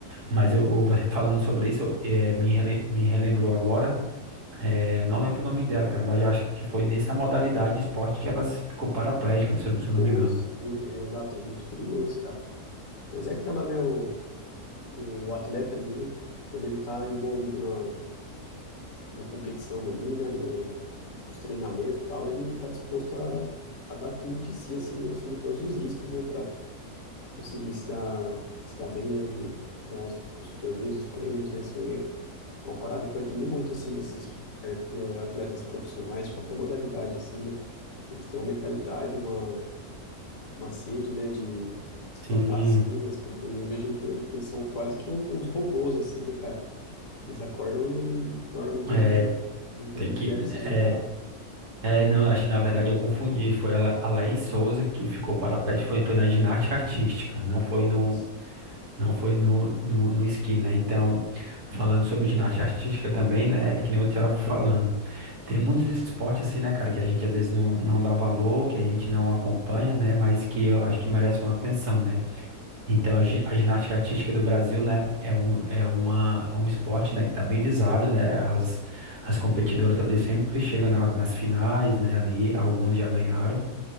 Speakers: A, on the right; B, on the left.
A: mas eu, eu- você falando sobre isso, eu- é, me, rele- me relembrou agora. é, Eu não lembro o nome dela, cara, mas eu acho que foi nessa modalidade de esporte que ela ficou paraplégica, se eu, se eu não
B: Ou
A: me engano.
B: sim, é exato, é muito perigoso, cara. Mas é aquela, né? O, o atleta ali, ele, quando ele tá envolvido na, na competição ali, né? No, nos treinamentos e tal, ele tá disposto a, a dar tudo de si, assim, e assumir todos os riscos, né? Pra conseguir se dar, se dar bem, né? vi- Ganhar os, os torneios, os prêmios, né? Isso aí é uma parada que eu admiro muito, assim, desses ar- eh, atletas profissionais de qualquer modalidade, assim, né? Eles têm uma mentalidade, uma uma sede, né, de disputar
A: Sim,
B: assim, as pe- eu vejo que que eles são quase que um- uns robôs assim, né, cara? Eles acordam e dormem todo
A: é,
B: dia imersos
A: tem que,
B: na
A: é,
B: parada.
A: é, não, acho que na verdade eu confundi, foi a, La- a Laís Souza que ficou para pé, foi, foi na ginástica artística, não foi
B: Nossa,
A: no, não foi no, no, no esqui, né, então, falando sobre ginástica artística também, né, é que nem eu estava falando, tem muitos esportes assim, né, cara, que a gente às vezes não, não dá valor, que a gente não acompanha, né, mas que eu acho que merece uma atenção, né, Então, a, gi- a ginástica artística do Brasil, né, é um, é uma, é um esporte, né, que tá bem visado, né, as, as competidoras ali sempre chegam na- nas finais, né, ali, algumas já ganharam,